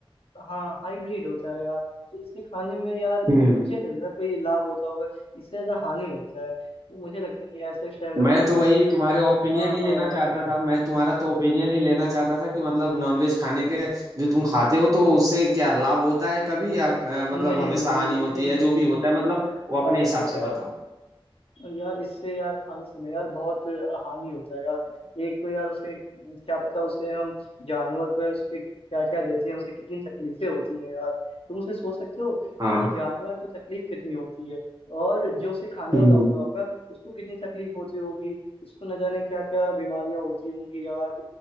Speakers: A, on the left; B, on the right.
A: अ, हाँ हाइब्रिड होता है यार तो इसके खाने में यार
B: अप्रोक्स
A: मुझे नहीं लगता कोई लाभ होता होगा इससे ज्यादा हानि होता है तो मुझे लगता है कि ऐसे शहरों
B: मैं
A: में ना
B: तो वही
A: हमें
B: तुम्हारे ओपिनियन
A: हाँ
B: ही
A: हाँ
B: लेना चाहता था मैं तुम्हारा तो ओपिनियन ही लेना चाहता था कि मतलब नॉनवेज खाने के जो तुम खाते हो तो उससे क्या लाभ होता है कभी या अ, मतलब
A: नहीं
B: हमेशा
A: नहीं
B: हानि होती
A: नहीं
B: है जो भी होता है मतलब वो
A: हाँ
B: अपने हिसाब
A: हाँ यार
B: से बताओ
A: और यार इससे यार खाने से ना यार बहुत हानि होता है यार एक तो यार उसे क्या पता उसे हम जानवर को उसके क्या क्या देते हैं उसे कितनी तकलीफें होती हैं यार तुम उसे सोच सकते हो कि
B: हाँ
A: जानवर को तकलीफ कितनी होती है और जो उसे खाने
B: हम्म
A: वाला होता होगा उसको कितनी तकलीफ होती होगी उसको न जाने क्या क्या बीमारियां होती होंगी यार